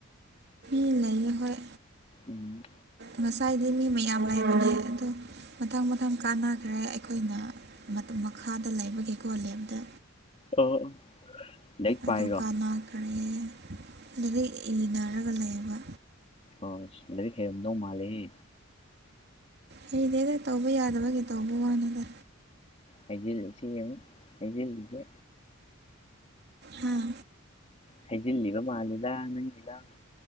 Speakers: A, on the right; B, on the left.
A: ꯃꯤ ꯂꯩꯌꯦ ꯍꯣꯏ
B: ꯎꯝ
A: ꯉꯁꯥꯏꯗꯤ ꯃꯤ ꯃꯌꯥꯝ ꯂꯩꯕꯅꯦ ꯑꯗꯣ ꯃꯊꯪ ꯃꯊꯪ ꯀꯥꯟꯅꯈ꯭ꯔꯦ ꯑꯩꯈꯣꯏꯅ ꯃꯇꯨ ꯃꯈꯥꯗ ꯂꯩꯕꯒꯤ ꯀꯣꯂꯦꯕꯗ
B: ꯑꯣ ꯑꯣ ꯂꯥꯏꯔꯤꯛ
A: ꯑꯗꯨ
B: ꯄꯥꯏꯔꯣ
A: ꯀꯅꯥꯟ ꯀ꯭ꯔꯦ ꯂꯥꯔꯤꯛ ꯏꯅꯔꯒ ꯂꯩꯕ
B: ꯑꯣꯁ ꯂꯥꯔꯤꯛ ꯍꯩꯔꯝꯗꯧ ꯃꯥꯜꯂꯤꯍꯦ
A: ꯍꯩꯗꯦꯗ ꯇꯧꯕ ꯌꯥꯗꯕꯒꯤ ꯇꯧꯕ ꯋꯥꯅꯤꯗ
B: ꯍꯥꯏꯖꯤꯜꯂꯤꯁꯦ ꯌꯦꯡꯉꯨ ꯍꯥꯏꯖꯤꯜꯂꯤꯁꯦ
A: ꯍꯥꯥ
B: ꯍꯩꯖꯤꯜꯂꯤꯕ ꯃꯥꯂꯤꯗ ꯅꯪꯒꯤꯗꯣ